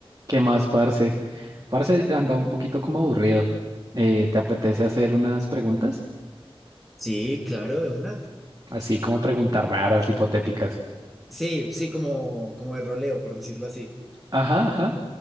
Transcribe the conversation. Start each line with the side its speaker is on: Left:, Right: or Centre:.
Right: ¿Qué más, parce? Parce andaba un poquito como aburrido. Eh, ¿te apetece hacer unas preguntas?
Centre: Sí, claro, de una.
Right: Así como preguntas raras, hipotéticas.
Centre: Sí, sí, como, como de roleo, por decirlo así.
Right: Ajá, ajá.